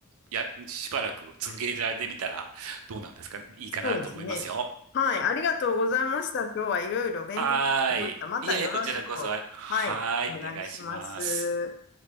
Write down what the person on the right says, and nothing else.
や、しばらく続けられてみたらどうなんですかね。いいかなと思いますよ。
はーい。
いえいえ、こちらこそ、あはーい、
お願いします。